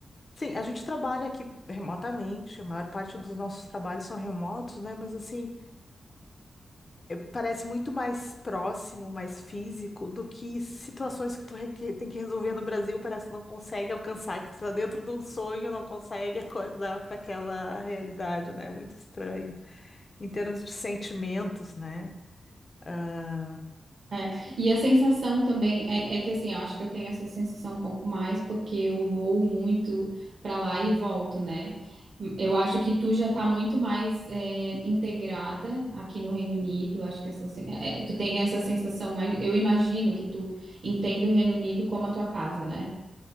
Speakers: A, on the left; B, on the right.
A: Sim, a gente trabalha aqui remotamente, a maior parte dos nossos trabalhos são remotos, né? Mas assim. Parece muito mais próximo, mais físico do que situações que tu reque- tem que resolver no Brasil, parece que não consegue alcançar, que tu tá dentro de um sonho, não consegue acordar para aquela realidade, né? É Muito estranho. Em termos de sentimentos, né? Ah,
B: É, e a sensação também é, é que assim, eu acho que eu tenho essa sensação um pouco mais porque eu vou muito pra lá e volto, né? Eu acho que tu já tá muito mais é, integrada aqui no Reino Unido. Acho que essa, sen- é, é, tu tem essa sensação mais. Eu imagino que tu entenda o Reino Unido como a tua casa, né?